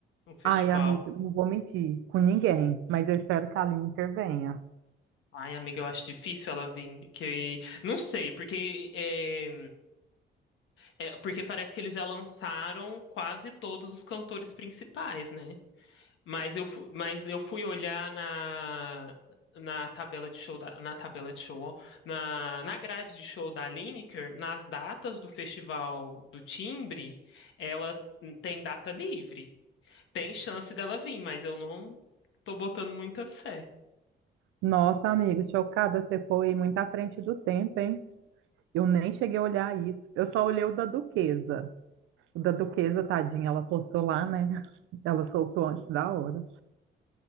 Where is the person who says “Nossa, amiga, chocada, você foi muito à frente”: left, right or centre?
Right